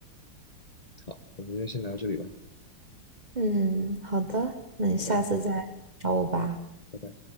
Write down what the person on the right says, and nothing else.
<laughs> 嗯，好的，那你下次再找我吧。